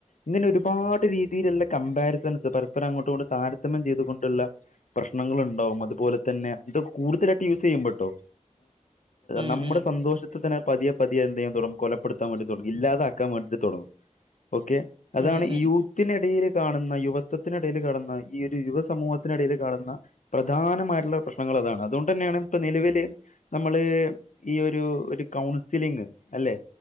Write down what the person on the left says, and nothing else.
ഇങ്ങനെ ഒരുപാട് രീതിയിലുള്ള കമ്പാരിസൺസ് പരസ്പരം അങ്ങോട്ട കൊണ്ട് താരതമ്യം ചെയ്തുകൊണ്ടുള്ള പ്രന പ്രക്ഷണങ്ങ ഉണ്ടാവും അതുപോലെ തന്നെ ഇതൊ കൂടുതലായിട്ട് യൂസ് ചെയ്യും പട്ടോ
നമ്മുടെ
സന്തോഷത്തിനന് പതിെ പതിയെ എന്തെ്യും തുടങ്ങും കൊലപ്പെടുത്താൻ വേണ്ടിടങ്ങും ഇല്ലാതൊക്കാൻ വേണ്ടിട്ട്ടും ഓക്കെ അതാണ്
യൂത്തിന ഇടയിൽ കാണുന്ന യുവത്വത്തിനിടൽ കാണുന്ന ഈ ഒരു യുവ സമൂഹത്തിനിടയിൽ കാണുന്ന പ്രധാനമായിട്ടുള്ള പ്രശ്നങ്ങൾ അതാണ് അതുകൊണ്ട് തന്നെയാണ് ഇപ്പ നിലവില് നമ്മള് ഈ ഒരു ഒരു കൗൺസിലിങ് അല്ലെ